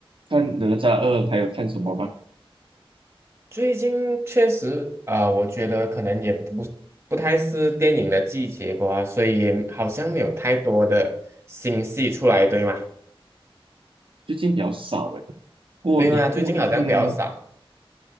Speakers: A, on the right (about 60°); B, on the right (about 25°).
A: 看哪吒二，还有看什么吗？
B: 最近确实，呃，我觉得可能也不不太是电影的季节吧，所以也好像没有太多的新戏出来，对吗？
A: 最近比较少哎。过年过嗯，
B: 对吗？最近好像比较少，